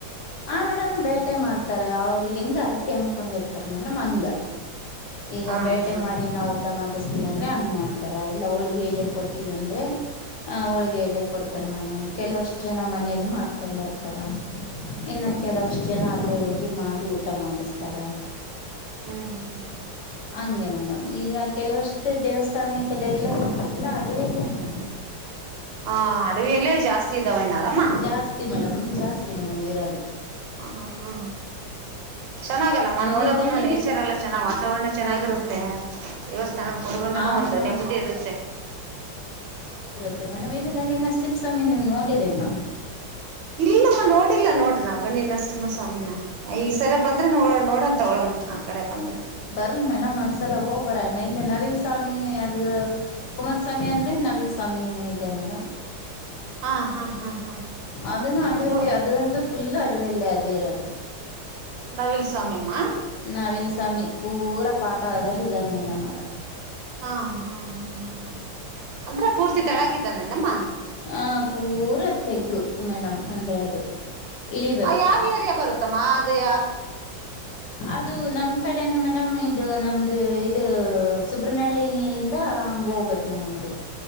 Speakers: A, on the left; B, on the right.
A: ಆ ಮೇಡಮ್ ಬೇಟೆ ಮಾಡ್ತಾರ ಅವ್ರ ಹೆಂಗ ಅರಕೆ ಅನ್ಕೊಂಡಿರ್ತಾರ ಮೇಡಮ್ ಹಂಗ ಈಗ
B: ಹಾ
A: ಬೇಟೆ
B: ಹಾ
A: ಮಾಡಿ ನಾವು ಊಟ ಮಾಡ್ವಿ ಸ್ತೀವಿ ಅಂದ್ರೆ ಹಂಗ್ ಮಾಡ್ತಾರ ಇಲ್ಲ ಹೋಳ್ಿಗೆ ಕೊಡ್ತೀವಂದ್ರೆ ಹಾ ಹುಳ್ಗೆ ಹಡ್ಡ ಕೊಡ್ತ ತಾರೆ ಮೇಡಮ್ ಕೆಲವಷ್ಟು ಜನ ಮನೇಲಿ ಮಾಡ್ಕೊಂಬರ್ತಾರಾ ಇನ್ನು ಕೆಲವಷ್ಟ್ ಜನ ಅಲ್ಲೇ ಹೋಗಿ ಮಾಡಿ ಊಟ ಮಾಡಿಸತಾರ
B: ಹ್ಮ್ ಹ್ಮ್ ಹ್ಮ್
A: ಹಂಗೆ ಮೇಡಮ್ ಈಗ ಕೆಲವಷ್ಟ ದೇವಸ್ಥಾನಡೆ ಎಲ್ಲ ಎಲ್ಲಾ ಅಡಿವೆ ಎಲ್ಲ ವೇಣ
B: ಹಾ ಅಡವಿಯಲ್ಲೇ ಜಾಸ್ತಿ ಇದಾವೆಣ್ಣಾರಮ್ಮ
A: ಜಾಸ್ತಿ ಮೇಡಮ್ ಜಾಸ್ತಿ ಮೇಡಮ್ ಏರಾದು
B: ಹ ಹ ಹ್ಮ್ ಚೆನ್ನಾಗಲ್ಲಮ್ಮ ನೋಡಕ
A: ನೀವು ಗಂಡಿ
B: ನೇಚರ್
A: ನರ್ಸ್
B: ಎಲ್ಲ ಚೆನ್ನ ವಾತಾವರಣ ಚೆನ್ನಾಗಿರುತ್ತೆ ದೇವಸ್ಥಾನಕ್ಕೆ ಹೋಗಿ ಬಂದ್ರ
A: ಆ
B: ಒಂದು
A: ಮೇಡಮ್
B: ನೆಮ್ಮದಿ ಇರುತ್ತೆ
A: ಮ ಬಣ್ಣ ಮಲು ಗಂಡಿ ನರಸಿಂಹಸ್ವಾಮಿ ನೀವು ನೋಡಿರ ಅಣ
B: ಇಲ್ಲಮ್ಮ ನೋಡಿಲ್ಲ ನೋಡ್ರ ನ್ ಗಂಡಿ ನರಸಿಂಹ ಸ್ವಾಮಿನ ಈ ಸರ ಬಂದ್ರೆ ನೋ ನೋಡನ್ ತಗೊಳಮ್ಮ ಕಡೆ ಬಂದ್ರೆ
A: ರಿ ಮೇಡಮ್ ಒಂದ್ಸಲ ಹೋಗ್ ಬರಣ್ಣ ಇಲ್ಲ ನವಿಲ್ ಸ್ವಾಮಿ ಅದು ಕುಮಾರಸ್ವಾಮಿ ಆದ್ಮೇಲೆ ನವಿಲ್ ಸ್ವಾಮಿ ಇದೆ ಮೇಡಮ್
B: ಹಾ ಹಾ ಹಾ ಹಾ
A: ಅದನ್ನು ಅಡಿವಲ್ಲ
B: ನೋ
A: ಅದು ಅಂತೂ ಫುಲ್ ಅಡುವ ಇಲ್ಲ ಅದೇ ಇರ ಅ
B: ನವಿಲ್ ಸ್ವಾಮಿಮ್ಮ
A: ನಾವಿಲ್ ಸಮೀ ಪೂರಾ ಪಾತಾಳದಲ್ಲಿ ಇದಾನ ಮೇಡ್ತ
B: ಹಾ ಹಾ ಹ್ಮ ಹ್ಮ್ ಹ್ಮ್ ಅಂದ್ರೆ ಪೂರ್ತಿ ತಳಗಿದ ನಮ್ಮ
A: ಹಾ ಪೂರಾ ತೆಗ್ಗು ಮೇಡಮ್ ಅಂದ್ರೆ ಅದು ಇಳಿಬೇಕು
B: ಯಾವ ಏರಿಯಾ ಬರುತ್ತೆ ತಮಾಧೆಯ
A: ಅದು ನಮ್ ಕಡೆನೆ ಮೇಡಮ್ ಇದು ನಮ್ದ ಅ ಇದು ಸುಬ್ರನಹಳ್ಳಿಯಿಂದ ಹಂಗ ಹೋಗ್ಬೇಕ ಮ ನಮ್ಮ ಅದು